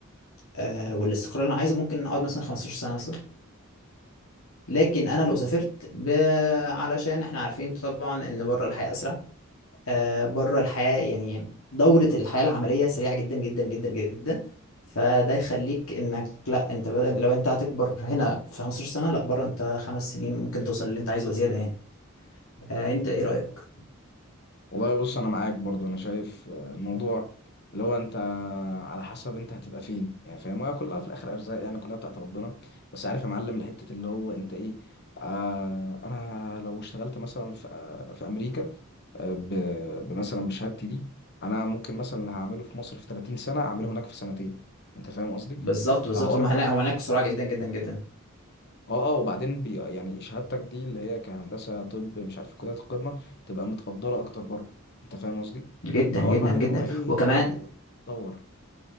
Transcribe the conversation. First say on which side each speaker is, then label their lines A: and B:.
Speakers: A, on the left (about 80°); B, on the left (about 50°).
A: آه
B: مم.
A: والاستقرار اللي انا عايزه ممكن اقعد مثلا 15 سنه مثلا لكن انا
B: تمام.
A: لو سافرت ب... علشان احنا عارفين طبعا ان بره الحياه اسرع آه، بره الحياة يعني دورة الحياة العملية سريعة جدا جدا جدا جدا فده يخليك انك لا انت بدل لو انت هتكبر هنا في 15 سنة لا بره انت خمس سنين ممكن توصل للي انت عايزه وزيادة يعني آه، انت ايه رأيك؟
B: والله بص أنا معاك برضو أنا شايف آه، الموضوع اللي هو أنت على حسب أنت هتبقى فين يعني فاهم هي كلها في الآخر أرزاق يعني كلها بتاعت ربنا بس عارف يا معلم الحتة اللي هو أنت إيه آه أنا لو اشتغلت مثلا في, آه، في أمريكا آه، ب- بمثلا بشهادتي دي انا ممكن مثلا اللي هعمله في مصر في 30 سنه اعمله هناك في سنتين انت فاهم قصدي
A: بالظبط بالظبط
B: فحوار
A: هم
B: بقى
A: هناك هم هناك سرعة جدا جدا جدا
B: اه اه وبعدين بي يعني شهادتك دي اللي هي كهندسه طب مش عارف كليات القمه تبقى متقدره اكتر بره انت فاهم قصدي
A: جدا
B: فحوار
A: جدا
B: بقى
A: جدا
B: اللي هو ايه
A: وكمان
B: انت بتدور